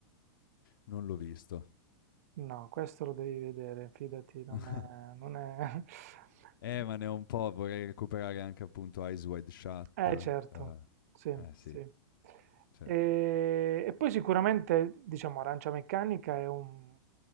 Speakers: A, on the left; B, on the right.
A: non l'ho visto.
B: No, questo lo devi vedere, fidati, non
A: <laughs>
B: è non è <laughs>
A: Eh, ma ne ho un po', vorrei recuperare anche appunto Eyes Wide Shut,
B: eh certo,
A: uhm,
B: sì,
A: eh sì,
B: sì.
A: sì,
B: Ehm, e poi sicuramente, diciamo, Arancia Meccanica è un